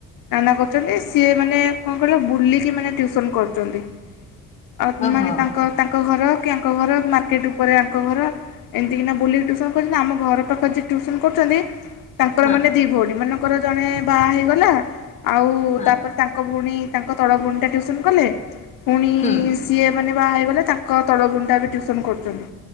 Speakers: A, on the left (about 80°); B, on the left (about 20°).
A: ନାନା କରୁଚନ୍ତି ସିଏ ମାନେ କଁ କହିଲ ବୁଲିକି ମାନେ ଟ୍ୟୁଉସନ୍ କରୁଚନ୍ତି। ଅ
B: ଓହୋ
A: ମାନେ ତାଙ୍କ ତାଙ୍କ ଘର କି ୟାଙ୍କ ଘର ମାର୍କେଟ ଉପରେ ୟାଙ୍କ ଘର ଏମତିକିନା ବୁଲିକି ଟିଉସନ କରୁଚନ୍ତି। ଆମ ଘର ପାଖରେ ଯିଏ ଟିଉସନ କରୁଚନ୍ତି ତାଙ୍କର
B: ହଁ
A: ମାନେ ଦି ଭୋଉଣୀ ମାନେ ତାଙ୍କର ଜଣେ ବାହା ହେଇଗଲା। ଆଉ
B: ହଁ
A: ତାପରେ ତାଙ୍କ ଭୋଉଣୀ ତା ଙ୍କ ତଳ ଭୋଉଣୀଟା ଟ୍ୟୁସନ୍ କଲେ। ଫୁଣି
B: ହୁଁ
A: ସିଏ ମାନେ ବାହା ହେଇଗଲେ ତାଙ୍କ ତଳ ଭୋଉଣୀଟା ଏବେ ଟ୍ୟୁସନ୍ କରୁଚନ୍ତି।